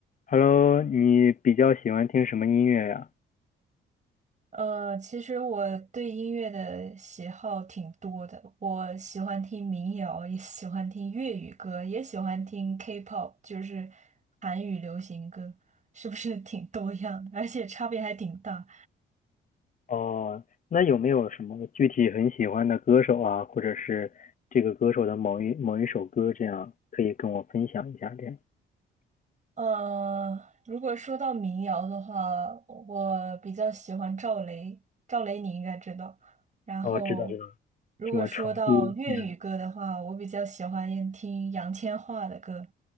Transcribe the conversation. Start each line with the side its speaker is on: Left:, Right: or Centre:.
Left: Hello，你比较喜欢听什么音乐呀？
Right: 呃，其实我对音乐的喜好挺多的，我喜欢听民谣，也喜欢听粤语歌，也喜欢听 K-pop，就是韩语流行歌，是不是挺多样的？而且差别还挺大。
Left: 哦，那有没有什么具体很喜欢的歌手啊，或者是这个歌手的某一某一首歌，这样可以跟我分享一下？这样，
Right: 呃，如果说到民谣的话，我比较喜欢赵雷，赵雷你应该知道。然后，
Left: 哦，知道知道，
Right: 如果说到粤语歌的话，
Left: 什么成都？嗯，
Right: 我比较喜欢听杨千嬅的歌。